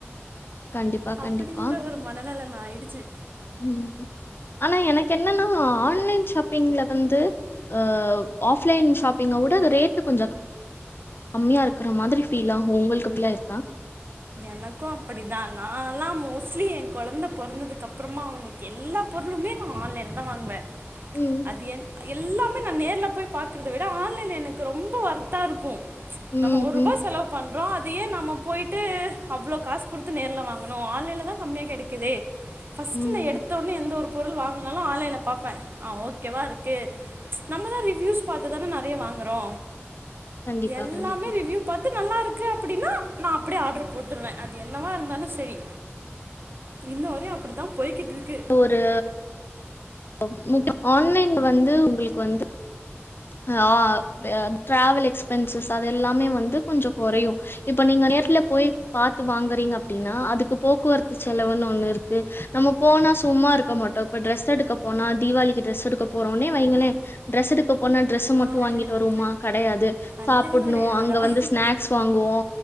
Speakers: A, on the left; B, on the right.
A: கண்டிப்பா
B: அப்படின்ற
A: கண்டிப்பா
B: ஒரு மனநலம் ஆய்டுச்சு
A: உம் ஆனா எனக் என்னன்னா ஆன்லைன் ஷாப் பிங்ல வந்து அவ் ஆஃப் லைன் ஷாப்பிங்க வுட ரேட்டு கொஞ்சக் கம்மியா இருக்ற மாதிரி ஃபீலாகு உங்கள்க்கு அப்பில்லா இருக்கா
B: எனக்கு அப்படி தா நாலா மோஸ்லி என் கொழந்த பொறந்ததுக்கப்றமா அவ்னு எல்லா பொருளுமே நா ஆன்லைன் தா வாங்குவே
A: ம்.
B: அது என் எல்லாமே நா நேர்ல போய் பாக்குறத விட ஆன்லைன் எனக்கு ரொம்ப வர்த்தா இருக்கு
A: ம்,
B: நம்ம ஒரூபா
A: ம்,
B: செலவ் பண்றோ அதையே நம்ம போய் அவ்ளோ காஸ் குடுத்து நேர்ல வாங்க்ணு ஆன்லைன்ல தா கம்மியா கிடைக்குதே ஃபஸ்ட்டு
A: ம்.
B: ந எடுத் த்தவுட்னே எந்த ஒரு பொருள் வாங்குனாலு ஆன்லைன்ல பாப்பே ஆ ஓகேவாருக்கே நம்ம தா ரிவ்யூஸ் பாத்துதான நறையா வாங்குறோ
A: கண்டிப்பா,
B: எல்லாமே
A: கண்டிப்பா.
B: ரிவ்யூ பாத்து நல்லாருக்கு அப்படின்னா நாப் ப்டே ஆடர் போட்ருவே அது என்னவா இருந்தாலு சரி இன்ன வரையு அப்படித்தா போய்கிட்ருக்கு
A: ஒரு அவ் முப் ஆன்லைன் வந்து உங்குள்க்கு வந்து ஹ ஆஆ வ ட்டிராவல் எக்ஸ்பென்சஸ் அது எல்லாமே வந்து கொஞ்சோ கொறையு இப்ப நீங்க நேர்ல போய் பாத்து வாங்குறீங் அப்டின்னா அதுக்கு போக்குவரத்து செலவுன்னு ஒண்ணு இருக்கு நம்ம போனா சும்மா இருக்க மாட்டோ இப்ப ட்ரெஸ் எடுக்க போனா தீவாவளிக்கு ட்ரஸ் எடுக்க போறோனே வைங்களே ட்ரெஸ் எடுக்க போனா ட்ரெஸ்ஸ மட்டு
B: ஆமாம்
A: வாங்கிட்டு வருவுமா கடையாது
B: அதெல்லாம்
A: சாப்புட்ணு
B: உண்மைதான்
A: அங்க வந்து ஸ்நாக்ஸ் வாங்குவோ